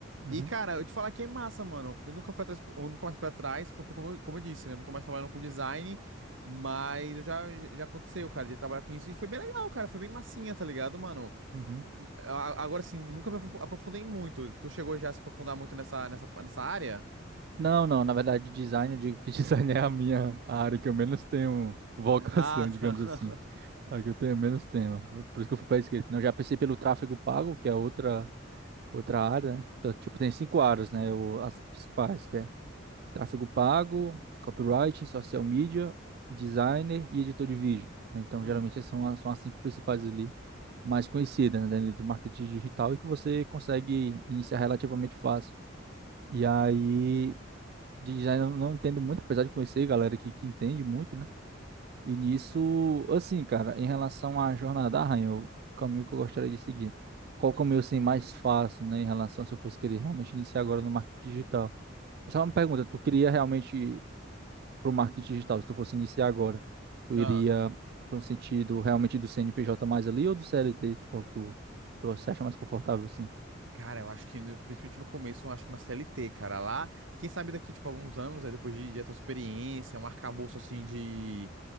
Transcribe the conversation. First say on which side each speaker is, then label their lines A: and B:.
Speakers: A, on the right (about 50°); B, on the right (about 75°).
A: Uhum,
B: E, cara, eu te falar que é massa, mano. Eu nunca fui atrás, eu nunca mais fui atrás, porque, como eu, como eu disse, né? Eu não tô mais trabalhando com design, mas eu já, já aconteceu, cara, de trabalhar com isso. E foi bem legal, cara. Foi bem massinha, tá ligado, mano?
A: uhum.
B: A- Agora, sim, nunca me aprofu- aprofundei muito. Tu chegou já a se aprofundar muito nessa, nessa, nessa área?
A: Não, não, na verdade, design, eu digo que <laughs> design é a minha a área que eu menos tenho vocação,
B: Ah, tá.
A: <laughs> digamos
B: <laughs>
A: assim. É A que eu tenho menos tema. Por isso que eu fui para esquerda. Não, eu já pensei pelo tráfego pago, que é outra outra área, né? Então, tipo, tem cinco áreas, né? O, as principais, que é tráfego pago, copywriting, social media, designer e editor de vídeo. né? Então,
B: Hum.
A: geralmente, essas são as, são as cinco principais ali, mais conhecidas, né, dentro do marketing digital e que você consegue iniciar relativamente fácil. E aí, de design eu não entendo muito, apesar de conhecer galera que, que entende muito, né? E nisso, assim, cara, em relação à jornada da Rainha, o caminho que eu gostaria de seguir. Qual o caminho, assim, mais fácil, né, em relação se eu fosse querer realmente iniciar agora no marketing digital? Só uma pergunta, tu queria realmente para o marketing digital, se tu fosse iniciar agora, tu iria
B: Ah.
A: para um sentido realmente do CNPJ mais ali ou do CLT? Tu, qual que tu, tu se acha mais confortável assim?
B: Cara, eu acho que, no- principalmente no começo, eu acho que uma CLT, cara, lá, quem sabe daqui, tipo, alguns anos, aí depois de, de ter experiência, um arcabouço, assim, de